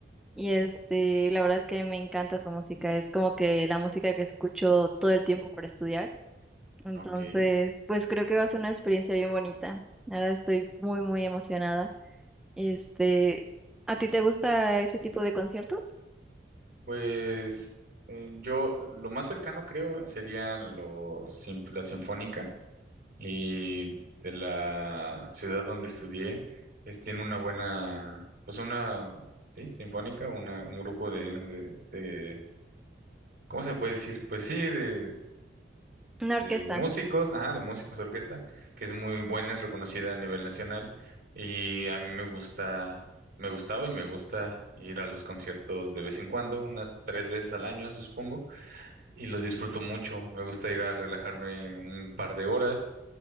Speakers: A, in the centre; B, on the right.
A: Y este, la verdad es que me encanta su música, es como que la música que escucho todo el tiempo para estudiar. Entonces,
B: Ok.
A: pues creo que va a ser una experiencia bien bonita. Ahora estoy muy, muy emocionada. Este, ¿a ti te gusta ese tipo de conciertos?
B: Pues eh, yo lo más cercano creo serían los, sin- la Sinfónica y de la ciudad donde estudié, es, tiene una buena, pues una, sí, Sinfónica, una, un grupo de, de, de- ¿cómo se puede decir? Pues sí, de
A: Una
B: de
A: orquesta.
B: músicos, ajá, de músicos de orquesta, que es muy buena, es reconocida a nivel nacional y a mí me gusta, me gustaba y me gusta ir a los conciertos de vez en cuando, unas tres veces al año, supongo, y los disfruto mucho. Me gusta ir a relajarme un par de horas.